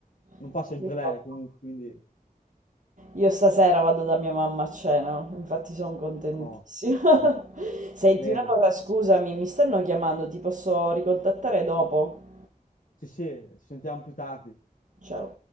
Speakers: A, on the left; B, on the right.
A: non
B: Ah.
A: fa sempre lei comunque, quindi
B: Io stasera vado da mia mamma a cena, infatti sono contentissima.
A: no,
B: <laughs> Senti
A: bene.
B: una cosa, scusami, mi stanno chiamando, ti posso ricontattare dopo?
A: Sì, sì, ci sentiamo più tardi.
B: Ciao.